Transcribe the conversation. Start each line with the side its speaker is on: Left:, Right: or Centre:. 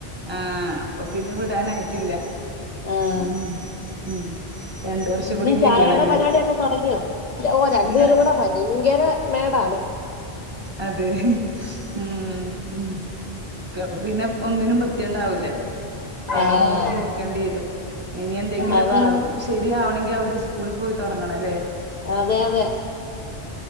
Right: ആഹ് അപ്പൊ പിന്നെ വിടാനായിട്ടില്ല
Left: ആഹ്
Right: ഉം ഉം രണ്ട് വർഷം കൂടി
Left: നീ ചായയുടെ
Right: കഴിയണല്ലേ
Left: പരിപാടിയൊക്കെ തുടങ്ങിയോ ഓ രണ്ടുപേരും
Right: ഇല്ല
Left: കൂടെ ഭയങ്കര മേടാണ്
Right: അതെ ഉം ഉം അപ്പൊ പിന്നെ ഒന്നിനും വൃത്തിയുണ്ടാവൂില്ല അവരെ
Left: ആഹ്
Right: നോക്കി ഇരിക്കേണ്ടി വരും ഇനി എന്തെങ്കിലുമൊക്കെ
Left: അതാണ്
Right: ഒന്ന് ശരിയാവണമെങ്കിൽ അവര് സ്കുളി പോയി തുടങ്ങണം അല്ലേ
Left: അതെ അതെ